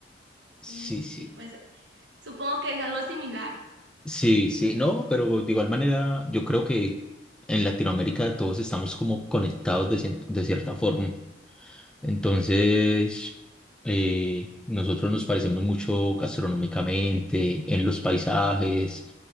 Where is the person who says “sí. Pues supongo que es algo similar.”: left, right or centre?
Right